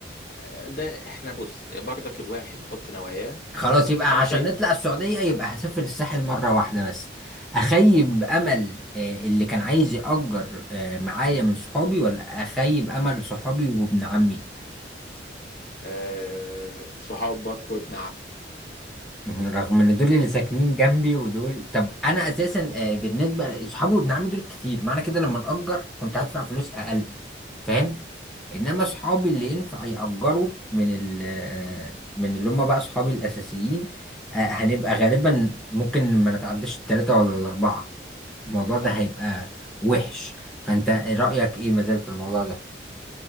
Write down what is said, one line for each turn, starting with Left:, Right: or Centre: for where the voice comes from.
Left: آه، ده احنا بص برضك الواحد يحط نواياه من
Centre: خلاص
Left: دلوقتي
Centre: يبقى
Left: انا
Centre: عشان
Left: شايف
Centre: نطلع السعودية يبقى هسافر الساحل مرة واحدة بس اخيب امل آه، اللي كان عايز يأجر آه، معايا من صحابي ولا اخيب امل صحابي وابن عمي
Left: آه، صحابك وابن عمك
Centre: رغم ان دول اللي ساكنين جنبي ودول طب انا اساسا آه، بالنسبه لاصحابي وابن عمي دول كتير معنى كده لما نأجر كنت هدفع فلوس اقل فاهم انما اصحابي اللي ينفع يأجروا من ال آه، من اللي هم بقى اصحابي الاساسيين آه، هنبقى غالبا ممكن ما نتعداش التلاتة ولا الاربعة الموضوع
Left: ممكن
Centre: ده هيبقى وحش فانت رأيك ايه مازال في الموضوع ده